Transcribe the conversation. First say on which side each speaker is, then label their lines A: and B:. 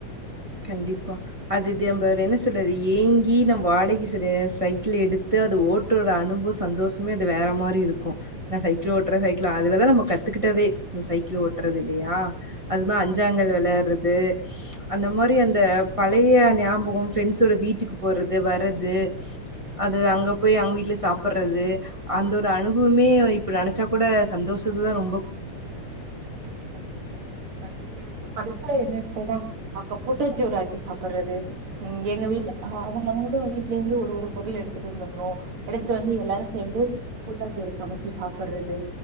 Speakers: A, on the right; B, on the right.
A: கண்டிப்பா அது நம என்ன சொல்றது ஏங்கி நம்ம வாடகை ச சைக்கிள் எடுத்து அது ஓட்டுறோட அனுபவ சந்தோசமே அது வேற மாரி இருக்கு நா சைக்கிள் ஓட்டுறே சைக்கிள அதுலதா நம்ம கத்துக்கிட்டதே சைக்கிள் ஓட்டுறது இல்லையா அது மாரி அஞ்சாங்கல் விளையாடுறது அந்த மாரி அந்த பழைய ஞாபகம் ஃப்ரெண்ட்ஸோட வீட்டுக்கு போறது வர்ரறது அது அங்க போய் அங்க வீட்டுல சாப்படுறது அந்தோட அனுபவமே இப்ப நினைச்சா கூட சந்தோஷத்துதா ரொம்ப
B: கண்டிப்பா கண்டிப்பா ப படிசுல என்னட்டேன்னா அப்ப கூட்டாச்சோறு ஆக்கி சாப்பிடுறது ம் எங்க வீட்டுல அவங்க அவங்களு வீட்ல இருந்து ஒரு ஒரு பொருள் எடுத்துட்டு வந்துடணும் எடுத்துட்டு வந்து எல்லாரும் சேர்ந்து கூட்டாச்சோரை சமைச்சு சாப்பிடுறது